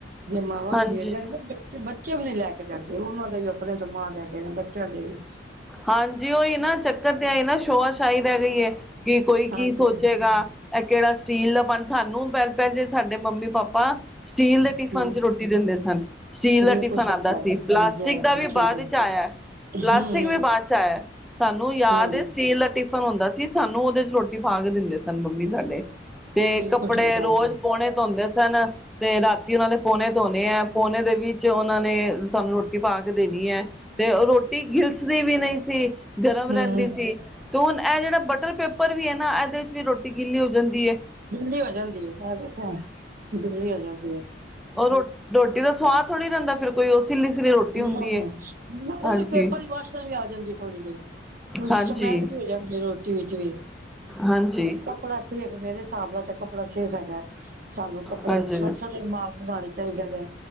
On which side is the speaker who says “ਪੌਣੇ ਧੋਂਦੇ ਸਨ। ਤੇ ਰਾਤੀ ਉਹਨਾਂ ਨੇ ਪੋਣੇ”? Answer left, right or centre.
Centre